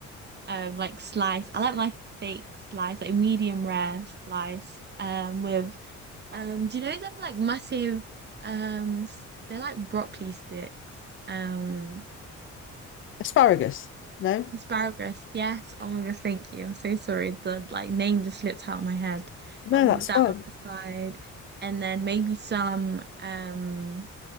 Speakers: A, on the right; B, on the left.
A: um, like slice. I like my steak slice, like medium rare slice, um, with um, do you know them like massive um s- they're like broccoli sticks. Um
B: Asparagus? No,
A: asparagus. Yes. Oh my gosh, thank you. I'm so sorry. The like name just slipped out of my head.
B: no,
A: But with
B: that's
A: that
B: fine.
A: on the side and then maybe some um